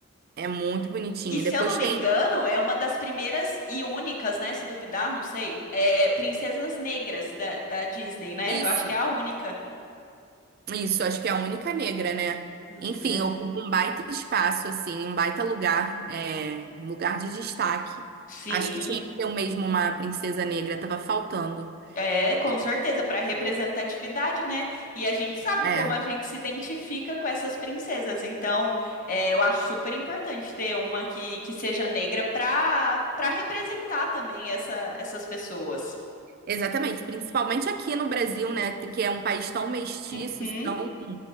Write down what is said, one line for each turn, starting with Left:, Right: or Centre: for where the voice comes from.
Right: É muito bonitinho.
Left: E se
Right: Depois
Left: eu não me
Right: tem
Left: engano, é uma das primeiras e únicas, né? Se duvidar, não sei. É Princesas Negras da, da Disney, né?
Right: isso,
Left: Eu acho que é a única.
Right: isso, acho que é a única negra, né?
Left: É.
Right: Enfim, ocupa um baita espaço, assim, um baita lugar, é, um lugar de destaque.
Left: Sim.
Right: Acho que tinha que ter o mesmo uma princesa negra, tava faltando.
Left: É, com
Right: E-
Left: certeza, para representatividade, né? E a gente sabe
Right: É,
Left: como a gente se identifica com essas princesas. Então, é, eu acho super importante ter uma que, que seja negra para para representar também essa, essas pessoas.
Right: exatamente, principalmente aqui no Brasil, né? Que é um país tão mestiço,
Left: Uhum.
Right: tão,